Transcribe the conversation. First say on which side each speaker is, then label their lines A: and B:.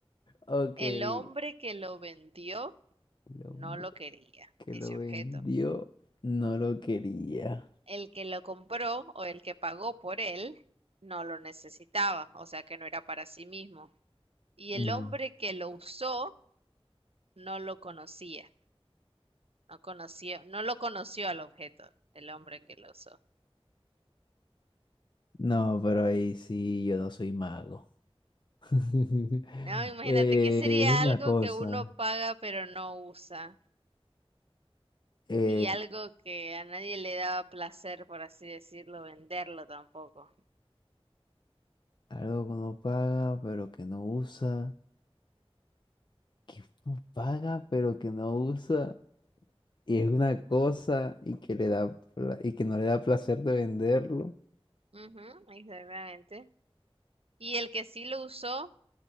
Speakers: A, on the left; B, on the right.
A: Ok,
B: El
A: el
B: hombre que lo vendió
A: hombre
B: no lo quería,
A: que
B: ese
A: lo vendió
B: objeto.
A: no lo quería.
B: El que lo compró o el que pagó por él no lo necesitaba, o sea que no era para sí mismo. Y el
A: Mm.
B: hombre que lo usó no lo conocía. No conoció, no lo conoció al objeto, el hombre que lo usó.
A: No, pero ahí sí, yo no soy mago. <laughs>
B: No, imagínate,
A: Eh,
B: ¿qué sería
A: es una
B: algo
A: cosa.
B: que uno paga pero no usa?
A: eh,
B: Y algo que a nadie le daba placer, por así decirlo, venderlo tampoco.
A: algo que uno paga, pero que no usa. Que uno paga, pero que no usa. Y es una cosa y que le da pla- y que no le da placer de venderlo.
B: Ujú, exactamente. Y el que sí lo usó,